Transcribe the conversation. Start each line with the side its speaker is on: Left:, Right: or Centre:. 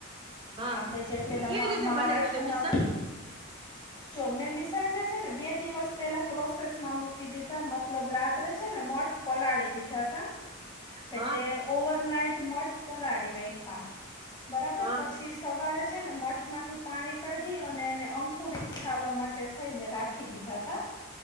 Right: હા
Left: આપડે
Right: હા
Left: જે પેલા
Right: કેવી રીતે
Left: મહારાષ્ટ્રના
Right: બનાવ્યું તે મિસળ
Left: જો મેં મિશળ ને છે ને બે દિવસ પહેલા પ્રોસેસમાં મૂકી દીધી મતલબ રાત્રે છે ને મઠ પલાળી દીધા તા
Right: હા
Left: એટલે ઓવર નાઈટ મઠ પલાડી રાખ્યા બરાબર
Right: હા હા
Left: પછી સવારે છે ને મઠમાંથી પાણી કાઢી અને એને અંકુરિત થવા માટે થઈને રાખી દીધા હતા